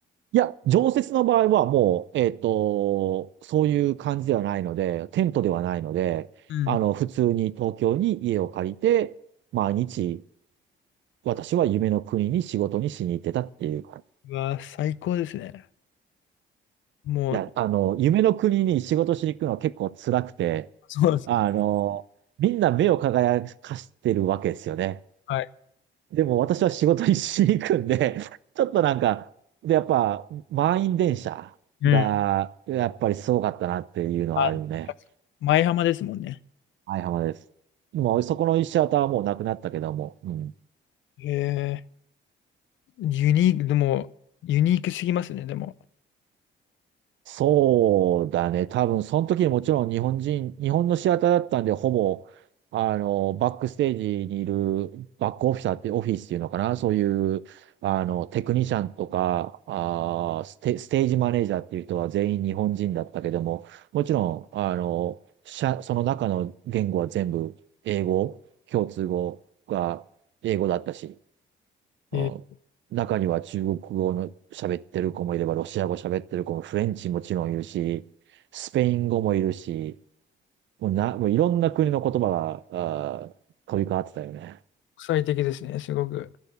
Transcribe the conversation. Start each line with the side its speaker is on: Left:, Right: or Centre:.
Right: いや、常設の場合はもう、えっと、そういう感じではないので、テントではないので、
Left: うん。
Right: あの、普通に東京に家を借りて、毎日、私は夢の国に仕事にしに行ってたっていう感じ。
Left: うわ、最高ですね。もう、
Right: いや、あの、夢の国に仕事しに行くのは結構辛くて、
Left: そうですね。
Right: あの、みんな目を輝かしてるわけですよね。
Left: はい。
Right: でも私は仕事にしに行くんで、<laughs> ちょっとなんか、で、やっぱ、満員電車が、
Left: うん。
Right: やっぱりすごかったなっていうのはあるね。
Left: あ、舞浜ですもんね。
Right: はい、浜です。もうそこのいちシアターはもうなくなったけども、うん。
Left: えー、ユニーク、でも、ユニークすぎますね、でも。
Right: そうだね。多分、その時にもちろん日本人、日本のシアターだったんで、ほぼ、あの、バックステージにいるバックオフィサーって、オフィスっていうのかな。そういう、あの、テクニシャンとか、あーステ、ステージマネージャーっていう人は全員日本人だったけども、もちろん、あの、社その中の言語は全部英語、共通語が英語だったし、あ中には中国語の喋ってる子もいれば、
Left: えー
Right: ロシア語喋ってる子も、フレンチもちろんいるし、スペイン語もいるし、もうな、もういろんな国の言葉が、あー飛び交ってたよね。
Left: 国際的ですね、すごく。